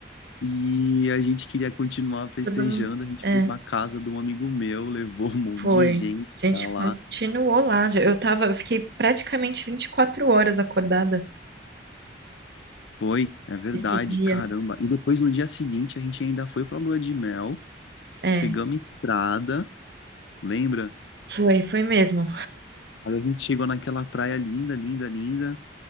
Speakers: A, on the left; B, on the right.
A: e a gente queria continuar festejando.
B: todo mundo,
A: A gente
B: é.
A: foi pra casa de um amigo meu, <laughs> levou um monte
B: Foi.
A: de gente
B: A gente
A: pra lá.
B: continuou lá. já- Eu tava, eu fiquei praticamente 24 horas acordada
A: Foi, é verdade,
B: esse dia.
A: caramba. E depois no dia seguinte a gente ainda foi pra lua de mel,
B: É,
A: pegamos estrada, lembra?
B: foi, foi mesmo.
A: Aí a gente chegou naquela praia linda, linda, linda,